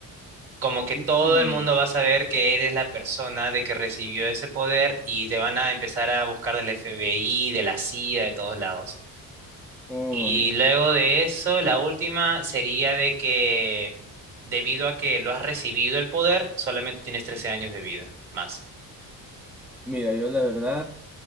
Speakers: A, on the right; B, in the centre.
A: como que
B: Mm.
A: todo el mundo va a saber que eres la persona de que recibió ese poder y te van a empezar a buscar del FBI, de la CIA, de todos lados.
B: Uy.
A: Y luego de eso, la última sería de que debido a que lo has recibido el poder, solamente tienes 13 años de vida más.
B: Mira, yo la verdad